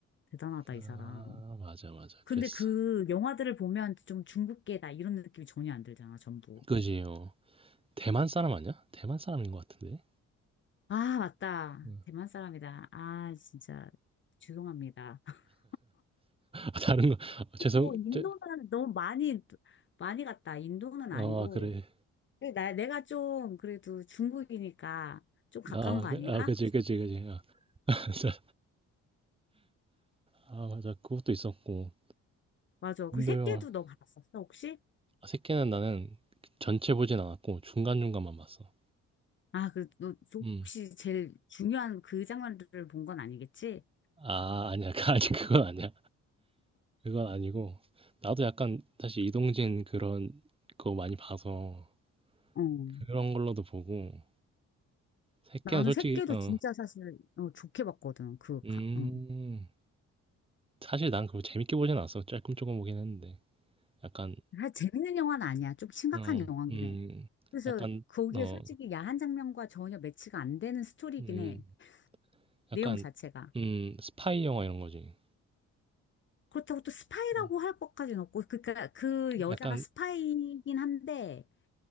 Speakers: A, on the left; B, on the right.
A: 대단하다,
B: 아
A: 이 사람.
B: 맞아, 맞아.
A: 근데
B: 그랬어.
A: 그 영화들을 보면 좀 중국계다 이런 느낌이 전혀 안 들잖아, 전부.
B: 그지 요 대만 사람 아니야? 대만 사람인 것 같은데.
A: 아, 맞다.
B: 음.
A: 대만 사람이다. 아, 진짜 죄송합니다. <laughs>
B: 아, 다른 거 <laughs> 죄송.
A: 또 인도는
B: 저,
A: 너무 많이 많이 갔다. 인도는 아니고
B: 아 그래.
A: 근데 나 내가 좀 그래도 중국이니까 좀 가까운
B: 아,
A: 거
B: 그,
A: 아닌가?
B: 아 그지 그지 그지. 아, <laughs> 맞아. 아 맞아. 그것도 있었고.
A: 맞아. 그
B: 인도
A: 새끼도
B: 영화.
A: 너 봤었어, 혹시?
B: 아, 새끼는 나는 전체 보진 않았고 중간중간만 봤어.
A: 아, 그, 너,
B: 음.
A: 혹시 제일 중요한 그 장면들을 본 건 아니겠지?
B: 아 아니야. <laughs> 아직 그건 아니야. 그건 아니고 나도 약간 사실 이동진 그런 거 많이 봐서
A: 어.
B: 그런 걸로도 보고 새끼는
A: 나는
B: 솔직히
A: 새끼도
B: 어,
A: 진짜 사실 어, 좋게 봤거든. 그,
B: 음,
A: 가, 음.
B: 사실 난 그거 재밌게 보진 않았어. 조금 조금 보긴 했는데 약간
A: 아, 재밌는 영화는 아니야. 좀 심각한
B: 어,
A: 영화긴
B: 음,
A: 해. 그래서
B: 약간
A: 거기에
B: 어,
A: 솔직히 야한 장면과 전혀 매치가 안 되는 스토리긴
B: 음,
A: 해. 내용
B: 약간
A: 자체가.
B: 음, 스파이 영화 이런 거지.
A: 그렇다고 또 스파이라고
B: 음,
A: 할 것까지는 없고, 그니까 그 여자가
B: 약간
A: 스파이긴 한데,